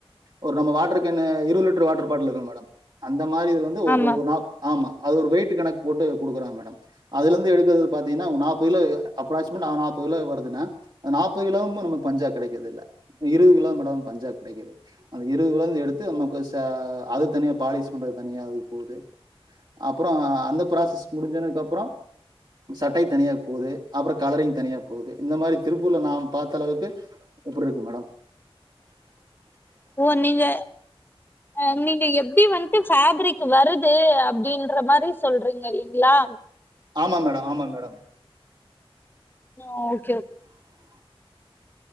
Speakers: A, on the right; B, on the left.
A: ஒரு நம்ம வாட்ரு கேனு இருவ லிட்ரு வாட்ருபாட்டில் இருக்குல் மேடம் அந் த மாரி இதுல் வந்து ஒ
B: ஆமா
A: கொஞ்ச ஒரு நா ஆமா அது ஒரு வெயிட்டு கணக்கு போட்டு குடுக்குறாங் மேடம் அதுலந்து எடுக்கறது பாத்தீங்கனா அவுங்க நாப்பது கில அப்ராக்ஸி ம நா நாப்பது கிலோ வருதுனா அந் நாப்பது கிலோவும நமக் பஞ்சா கெடைக்குதில்ல இருவகிலோ மட்டுதா பஞ்சா கெடைக்குது அந்த இருவகிலோந்து எடுத்து நமக்கு ச அது தனியா பாலிஸ் பண்றது தனியா அது போது அப்புறோ அந்த ப்ராசஸ் முடுஞ்சனக்கப்றோ சட்டை தனியா போது அப்ற கலரிங் தனியா போவ்து இந்த மாரி திருப்பூர்ல நா பாத்தளவுக்கு இப்புட்ருக்கு மேடம்
B: ஓ நீங்க அ நீங்க எப்டி வந் து ஃபேப்ரிக்கு வருது அப்டின்ற மாரி சொல்றீங்க இல்லிங்ளா
A: ஆமா மேட ஆமா மேடம்
B: <unintelligible> க்கு